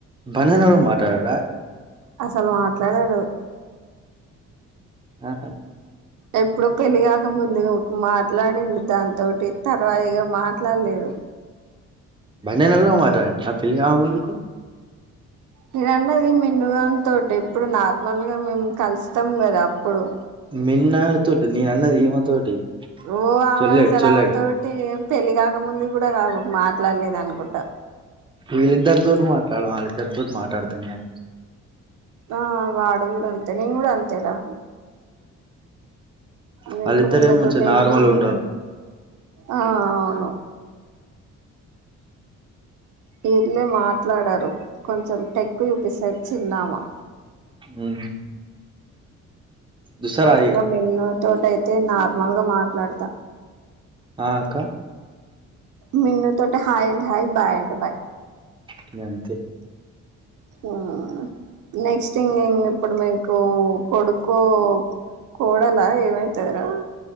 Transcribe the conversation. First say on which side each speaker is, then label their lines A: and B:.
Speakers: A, on the right; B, on the right.
A: బన్నీ గాడు గూడా మాట్లాడటన
B: అసలు మాట్లాడాడు
A: ఆహా
B: ఎప్పుడో పెళ్లిగాక ముందు ఏమో మాట్లాడండి దాంతోటి తర్వాత ఇక మాట్లాడలేదు
A: బన్నన్న కూడా మాట్లాడిండా పెళ్లిగాక ముందుకు
B: నేనండి అది మినుగన్ తోటి ఎప్పుడు నార్మల్గా మేము కలుస్తాం కదా అప్పుడు
A: మిన్న తోటి నిన్న అన్నది ఈ మా తోటి
B: ఓ ఆ
A: చొల్లేడు
B: అసలావ
A: చొల్లేడు
B: తోటి పెళ్లి కాకముందు కూడా కాదు మాట్లాడలేదు అనుకుంటా
A: వీళ్ళిద్దరితో మాట్లాడ వాళ్ళిద్దరితో మాట్లాడతాం నే
B: ఆ వాడు కూడా అంతే నేను కూడా అంతేరా నేను
A: వాళ్ళిద్దరే
B: కూడా వీళ్ళతోటి
A: మంచి నార్మల్గా
B: ఏం మాట్లాడ
A: ఉంటారు
B: ఆ అవును వీళ్ళే మాట్లాడారు కొంచెం టెక్కు చూపిస్తాది చిన్నామ
A: ఉ దుసా ఆదిగా
B: ఇంగ మిన్ను తోటి అయితే నార్మల్గా మాట్లాడతా
A: <inaudible> ఆ అక్క
B: మిన్నూ తోటే హాయ్ అంటే హాయ్ బాయ్ అంటే బయ్
A: ఇక అంతే
B: ఉమ్ నెక్స్ట్ ఇంగ్ంగ్ ఇప్పుడు మీకు కొడుకొ కోడలా ఏమైతాదిరా